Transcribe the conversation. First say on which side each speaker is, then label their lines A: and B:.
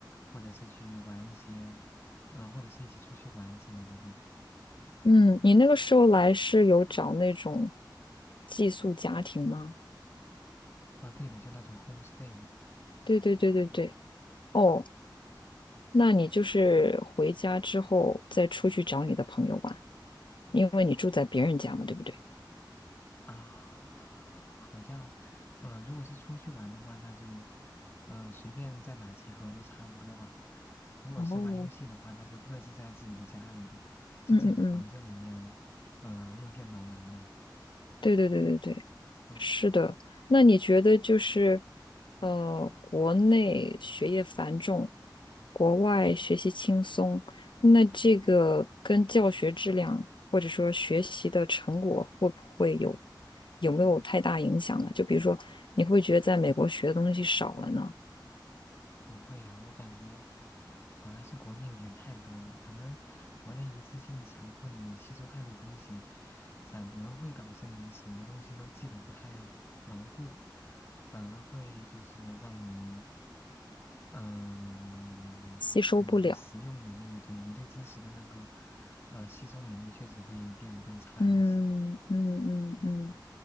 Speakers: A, on the left (about 30°); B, on the left (about 85°).
A: 或者是去玩一些，嗯、或者是一起出去玩什么的，对吧？
B: 嗯，你那个时候来是有找那种寄宿家庭吗？
A: 啊，对的，就那种 homestay 嘛。
B: 对对对对对。哦，那你就是回家之后再出去找你的朋友玩，因为你住在别人家嘛，对不对？
A: 啊，好像，呃，如果是出去玩的话，那就，呃，随便在哪集合都差不多吧。如果是玩游戏的话，
B: 哦，
A: 那就各自在自己的家里，就自己的房间里面，
B: 嗯嗯嗯，
A: 呃，用电脑玩嘛。
B: 对对对对对，
A: 嗯。
B: 是的。那你觉得就是，
A: 对
B: 呃，国内学业繁重，国外学习轻松，那这个跟教学质量或者说学习的成果会不会有有没有太大影响呢？就比如说，你会觉得在美国学的东西少了呢，
A: 不会呀、我感觉反而是国内有点太多了，可能国内一次性强迫你吸收太多东西，反而会导致你什么东西都记得不太牢固，反而会就是让你，嗯、
B: 吸收不了。
A: 你的实用能力，对你对知识的那个，呃，吸收能力确实会变得更差一些。
B: 嗯嗯嗯嗯